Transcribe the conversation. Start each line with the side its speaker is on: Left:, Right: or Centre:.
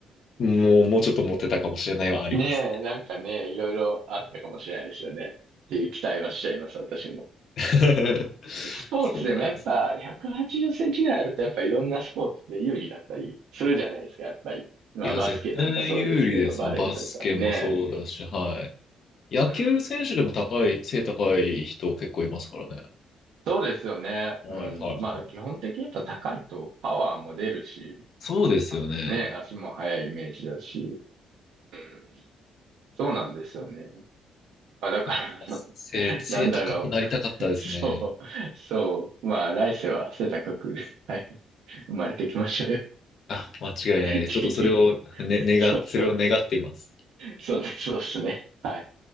Left: もう、もうちょっと持ってたかもしれないはありますね。
Right: ねえ、なんかね、いろいろあったかもしれないですよね。っていう期待はしちゃいます、私も。
Left: <laughs>
Right: スポーツでもやっぱ180センチぐらいあるとやっぱいろんなスポーツで有利だったりするじゃないですか、
Left: そうなんです。
Right: やっぱり。まあバスケなんかそうですけど、
Left: いや、絶対有利ですよ。
Right: バレーとかね。
Left: バスケもそうだし、はい。野球選手でも高い、
Right: うん。
Left: 背高い人結構いますからね。
Right: そうですよね。
Left: はい、
Right: うん。
Left: はい、
Right: まあ基本的にやっぱ高いとパワーも出るし、
Left: はい。そうですよね。
Right: ね、足も速いイメージだし。うん。そうなんですよね。まあだからあの、
Left: やっぱ背、
Right: <laughs>
Left: 背高くなりたかったですね。
Right: なんだろう。そう、そう。まあ来世は背高く、はい、生まれてきましょうよっ
Left: あ、間違いないです。
Right: ていう。
Left: ちょっとそれを、ね、願っ、
Right: そうそう。
Left: それを願っています。
Right: そうね、そうですね。はい。